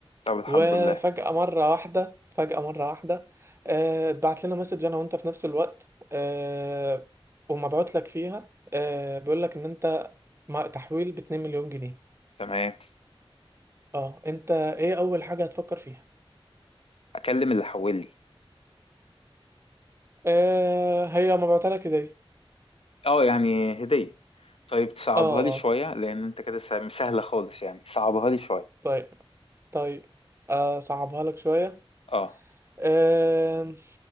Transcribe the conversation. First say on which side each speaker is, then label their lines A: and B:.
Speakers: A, on the left; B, on the right.
A: طب الحمد
B: وفجاه
A: لله
B: مره واحده فجاه مره واحده آه، اتبعت لنا مسج انا وانت في نفس الوقت أه... ومبعوت لك فيها أه... بيقول لك ان انت مع- تحويل ب 2 مليون جنيه
A: تمام
B: اه انت ايه اول حاجة هتفكر فيها
A: اكلم اللي حولي
B: آه هي ما بعتلك كده
A: اه يعني هدية طيب تصعبها
B: اه
A: لي شوية
B: اه
A: لان انت كده سا- سهلة خالص يعني صعبها لي شوية
B: طيب طيب آه صعبها لك شوية
A: اه
B: آه